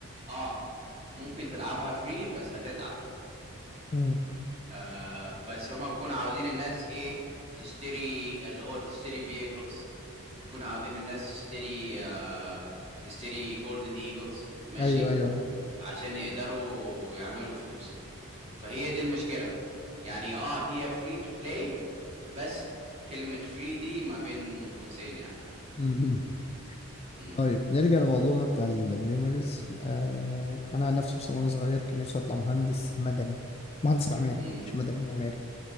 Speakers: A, on the right; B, on the left.
A: اه ممكن تلعبها فري بس هتتعب
B: امم
A: آه بس هما بيكونوا عاوزين الناس ايه تشتري اللي هو تشتري vehicles بيكونوا عاوزين الناس تشتري آه تشتري جولدن ايجلز ماشي
B: ايوه
A: عشان يقدروا يعملوا فلوس فهي دي المشكلة يعني اه هي فري تو بلاي بس كلمة فري دي ما بين قوسين يعني
B: ايوه
A: امم
B: طيب نرجع لموضوعنا بتاع الميموريز آه انا عن نفسي بس وانا صغير كان نفسي اطلع مهندس مدني مهندس معماري
A: امم
B: مش مدني معماري